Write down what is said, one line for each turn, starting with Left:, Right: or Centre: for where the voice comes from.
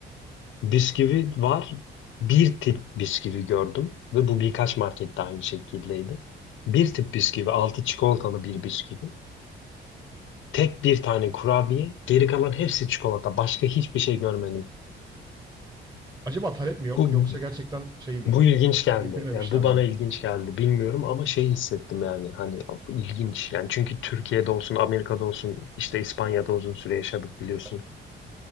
Left: Bisküvi var. Bir tip bisküvi gördüm ve bu birkaç markette aynı şekildeydi. Bir tip bisküvi, altı çikolatalı bir bisküvi. Tek bir tane kurabiye, geri kalan hepsi çikolata. Başka hiçbir şey görmedim.
Right: Acaba talep mi yok
Left: Bu
Right: yoksa gerçekten şey mi?
Left: bu ilginç geldi.
Right: Getirmemişler
Left: Yani bu
Right: mi?
Left: bana ilginç geldi. Bilmiyorum ama şey hissettim yani hani bu ilginç. Yani çünkü Türkiye'de olsun, Amerika'da olsun, işte İspanya'da uzun süre yaşadık biliyorsun.
Right: Evet.